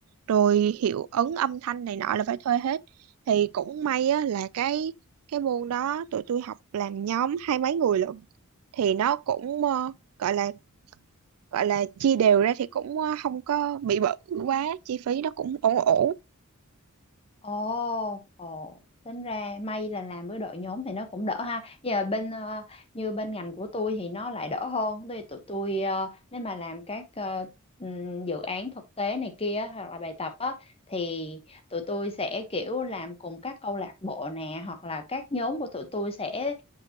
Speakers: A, on the right; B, on the left.
A: rồi hiệu ứng âm thanh này nọ là phải thuê hết thì cũng may á, là cái cái môn đó tụi tôi học làm nhóm hai mấy người lận thì nó cũng ờ, gọi là gọi là chia đều ra thì cũng ờ, không có bị bự quá chi phí nó cũng ổn ổn
B: Ồ, ồ, tính ra may là làm với đội nhóm thì nó cũng đỡ ha. Giờ bên ờ, như bên ngành của tôi thì nó lại đỡ hơn. Tôi tụi tôi ờ, nếu mà làm các ờ, ừm, dự án thực tế này kia hoặc là bài tập á thì tụi tôi sẽ kiểu làm cùng các câu lạc bộ nè hoặc là các nhóm của tụi tôi sẽ